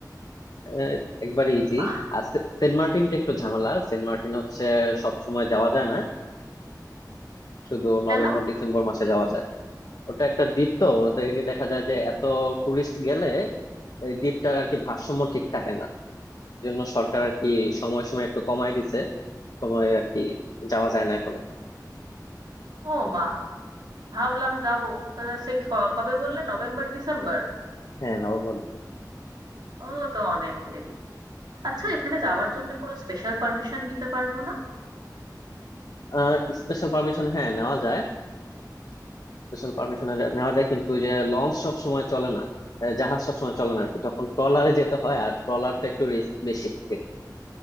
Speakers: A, on the left; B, on the right.
A: আহ, একবারে ইজি
B: বাহ
A: আর সে- সেন্ট মার্টিনটা একটু ঝামেলা সেন্ট মার্টিন হচ্ছে সব সময় যাওয়া যায় না শুধু নভেম্বর
B: কেন
A: ডিসেম্বর মাসে যাওয়া যায় ওটা একটা দ্বীপ তো দে- দেখা যায় যে এত টুরিস্ট গেলে এই দ্বীপটার আর কি ভারসাম্য ঠিক থাকে না এই জন্য সরকার আর কি সময় সময় একটু কমায় দিছে সময় আর কি যাওয়া যায় না এখন আর।
B: ও মা ভাবলাম যাব তাহলে সে ক- কবে বললে নভেম্বর ডিসেম্বর
A: হ্যাঁ নভেম্বর ডিসেম্বর
B: ও তো অনেক দেরি আচ্ছা এখানে যাওয়ার জন্য কোনো স্পেশাল পারমিশন নিতে পারবো না
A: আহ স্পেশাল পারমিশন হ্যাঁ নেওয়া যায় স্পেশাল পারমিশন নেওয়া যায় কিন্তু ওই যে লঞ্চ সব সময় চলে না আহ, জাহাজ সব সময় চলে না আর কি তখন ট্রলারে যেতে হয় আর ট্রলারটা একটু রিস্ক বেশি থাকে